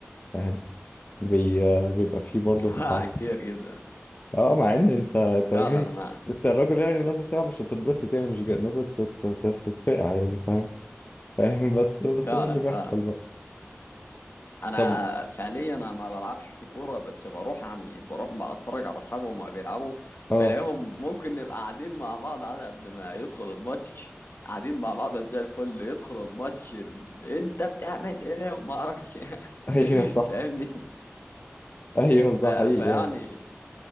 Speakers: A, on the left; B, on the left.
A: فاهم بي... بيبقى
B: <laughs>
A: فيه برضه
B: سمعها
A: في التعاطف
B: كتير جدا
A: اه مع ان انت انت
B: فعلا
A: جاي
B: انا
A: انت الراجل يعني نازل تلعب مش تتبسط يعني مش جاي نازل تت... تت... تتفقع يعني فاهم فاهم <laughs> بس بس
B: فعلا
A: ده اللي بيحصل
B: فعلا
A: بقى
B: انا
A: طب
B: فعليا انا ما بلعبش كوره بس بروح يعني بروح ما اتفرج على اصحابي وما بيلعبوا
A: اه
B: بلاقيهم ممكن نبقى قاعدين مع بعض على قبل ما يدخل الماتش قاعدين مع بعض زي الفل يدخل الماتش ال... انت بتعمل ايه وما اعرفش إيه.
A: <laughs> ايوه
B: <laughs>
A: صح
B: فاهمني
A: ايوه
B: ف...
A: ده حقيقي
B: فيعني
A: يعني